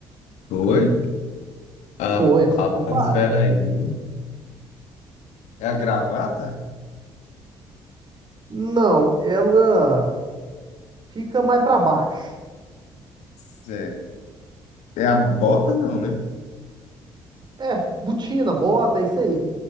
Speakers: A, on the left; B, on the right.
A: foi. Rapaz,
B: Foi, essa ficou fácil.
A: espera aí. viu? É a gravata?
B: Não, ela. Fica mais pra baixo.
A: Certo. É a bota, não, né?
B: É, botina, bota, é isso aí.